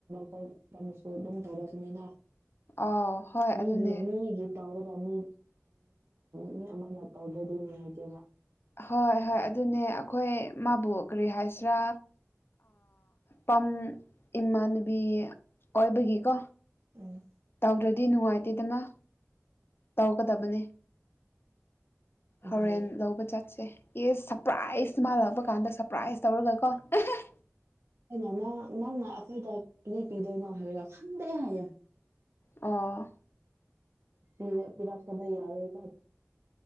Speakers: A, on the right (about 60°); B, on the left (about 50°).
A: ꯇꯥꯕꯣꯁꯨ ꯑꯗꯨꯝ ꯇꯧꯔꯛꯁꯨꯅꯤꯅ
B: ꯑꯥꯎ ꯍꯣꯏ
A: ꯃꯤꯒꯤ
B: ꯑꯗꯨꯅꯦ
A: ꯃꯤꯒꯤ ꯇꯧꯔꯒ ꯃꯤ ꯃꯤ ꯑꯃꯒ ꯇꯧꯗ꯭ꯔꯗꯤ ꯅꯨꯡꯉꯥꯏꯇꯦꯕ
B: ꯍꯣꯏ ꯍꯣꯏ ꯑꯗꯨꯅꯦ ꯑꯩꯈꯣꯏ ꯃꯥꯕꯨ ꯀꯔꯤ ꯍꯥꯏꯁꯤꯔꯥ ꯄꯝ ꯏꯃꯥꯟꯅꯨꯕꯤ ꯑꯣꯏꯕꯒꯤꯀꯣ
A: ꯎꯝ
B: ꯇꯧꯗ꯭ꯔꯗꯤ ꯅꯨꯡꯉꯥꯏꯇꯦꯗꯅ ꯇꯧꯒꯗꯕꯅꯤ
A: ꯑꯗꯨꯅꯦ
B: ꯍꯣꯔꯦꯟ ꯂꯧꯕ ꯆꯠꯁꯦ ꯌꯦꯁ ꯁꯔꯄ꯭ꯔꯥꯏꯖ ꯃꯥ ꯂꯥꯛꯄ ꯀꯥꯟꯗ ꯁꯔꯄ꯭ꯔꯥꯏꯖ ꯇꯧꯔꯒꯀꯣ <unintelligible>
A: ꯀꯩꯅꯣ ꯅꯪ ꯅꯪꯅ ꯑꯩꯈꯣꯏꯗ ꯀ ꯄꯤꯗꯣꯏꯅꯣ ꯍꯥꯏꯔꯒ ꯈꯪꯗꯦ ꯍꯥꯏꯌꯦ꯫
B: ꯑꯥ
A: ꯔ ꯄꯤꯔꯥꯛꯇꯗ ꯌꯥꯔꯣꯏꯕ